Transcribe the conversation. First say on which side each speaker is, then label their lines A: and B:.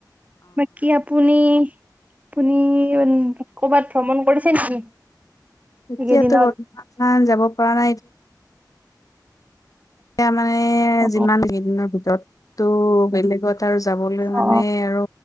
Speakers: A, on the right; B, on the left.
A: বাকী আপুনি আপুনি কৰ'বাত ভ্ৰমণ কৰিছে নেকি
B: এতিয়াতো
A: এইকেইদিনত?
B: গৰম গৰম পৰা এতিয়া মানে
A: অ
B: যিমান কেইদিনৰ ভিতৰত টো বেলেগ ত আৰু যাবলৈ মানে
A: অ
B: আৰু